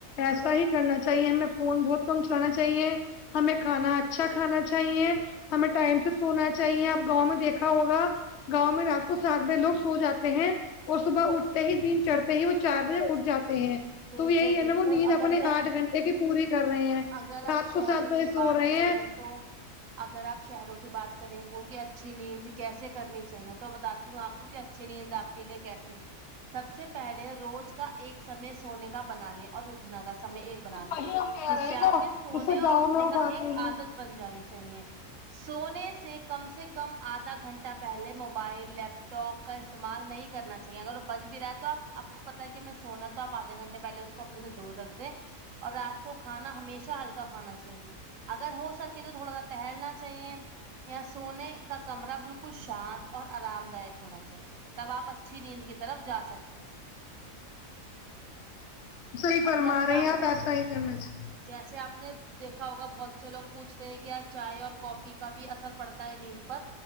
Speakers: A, on the left; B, on the right.
A: ایسا ہی کرنا چاہیے ہمیں فون بہت کم چلانا چاہیے ہمیں کھانا اچھا کھانا چاہیے ہمیں ٹائم سے سونا چاہیے آپ گاؤں میں دیکھا ہوگا گاؤں میں رات کو سات بجے لوگ سو جاتے ہیں اور صبح اٹھتے ہی دن چڑھ ہی وہ چار بجے اٹھ جاتے ہیں
B: بالکل
A: تو یہی ہے
B: بالکل
A: نا وہ نیند اپنے
B: اگر میں
A: آٹھ گھنٹے کی پوری کر رہے ہیں
B: اگر
A: رات
B: آپ
A: کو
B: شہروں
A: سات بجے
B: کی
A: سو
B: بات
A: رہے
B: کریں
A: ہیں
B: تو اگر آپ شہروں کی بات کریں ان کی اچھی نیند کیسے کرنی چاہیے تو بتا تی ہوں آپ کو کہ اچھے نیند آپ کے لیے کیسے سب سے پہلے روز کا ایک سمے سونے کا بنا لیں اور اٹھنا کا سمے ایک بنا
A: وہی
B: لے
A: ہم کہہ
B: جس
A: رہے
B: سے
A: ہیں
B: آپ
A: نا
B: کے سونے
A: جسے
B: اور
A: گاؤں
B: اٹھنے
A: میں اٹھاتے
B: کا ایک
A: ہیں
B: عادت بن جانی چاہیے سونے سے کم سے کم آدھا گھنٹہ پہلے موبائل لیپ ٹاپ کا اس تعمال نہیں کرنا چاہیے اگر وہ بج بھی رہا ہے تو آپ آپ کو پتا ہے کہ میں سونا ہے تو آدھے گھنٹے پہلے اس کو اپنے سے دور رکھ دیں اور رات کو کھانا ہمیشہ ہلکا کھانا چاہیے اگر ہو سکے تو تھوڑا سا ٹہلنا چاہیے یا سونے کا کمرہ بالکل شانت اور آرام دائک ہونا چاہیے تب آپ اچھی نیند کی طرف جا سکتے ہیں
A: صحیح فرما
B: اب جیسے
A: رہی ہیں آپ
B: نے
A: ایسا ہی کرنا چا
B: جیسے آپ نے دیکھا ہوگا بہت سے لوگ پوچھتے ہیں کیا چائے اور کافی کا بھی اثر پڑتا ہے نیند پر